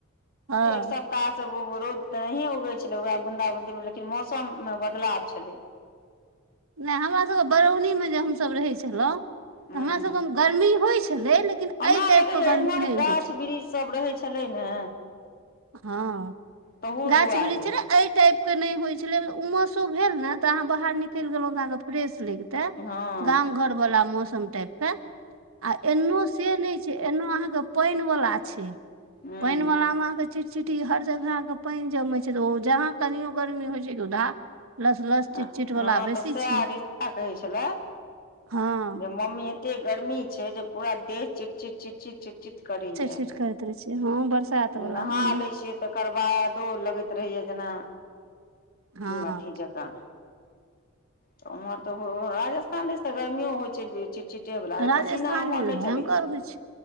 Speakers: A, on the right (about 80°); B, on the left (about 45°).
A: हँ
B: एक सो। कुत्ता सब रोज तऽ नहि उगै छलै वएह बूंदा बूंदी मे लेकिन मौसम मे बदलाव छलैय।
A: नहि हमरासभके बरौनीमे जे हमसभ रहै छलहुँ।
B: हूं
A: तऽ हमरासभके गर्मी होइत छलै लेकिन।
B: हमरा
A: एहि
B: लगैया
A: टाइपके गर्मी
B: उम्हर
A: नहि
B: गाछ
A: होइ छलै
B: वृक्ष सब रहे छलैय ने।
A: हँ
B: तहू
A: गाछ
B: दुआरे
A: बृक्ष। टाइप के नहि होइ छेलय उमसो भेल ने तऽ अहाँ बाहर निकलि गेलहुंऽ अहाँके फ्रेश लागि गेल। तऽ
B: हँ
A: गाम घर वाला मौसम टाइप के आ एनो से नहि छै एनो अहाँके पानि वला मे छै
B: हूं
A: पानि वाला मे अहाँ के। चिटचिटी हर जगह के पानि जमै छै तऽ ओ जहाँ कनियो गर्मी होइ छै उधा लस लस चिटचिट
B: हँ
A: वाला बेसी
B: तऽ सएह
A: छै
B: रीस्ता कहै छलए।
A: हँ
B: जे मम्मी एते गर्मी छै जे पूरा देश चिटचिट चिटचिट चिटचिट करैया।
A: चिटचिट करैत छै हँ बरसात वला
B: नहा
A: मे न
B: लै छियै तकर बादो लगैत रहैया जेना
A: हँ
B: अथी जकाँ। तऽ उमहर तऽ राजस्थान दिश तऽ गर्मियो होइ छै विचित्र। चीटे वला
A: राजस्थान
B: पसीना उमहर
A: जे
B: नहि
A: भयंकर
B: चलै छै।
A: होइ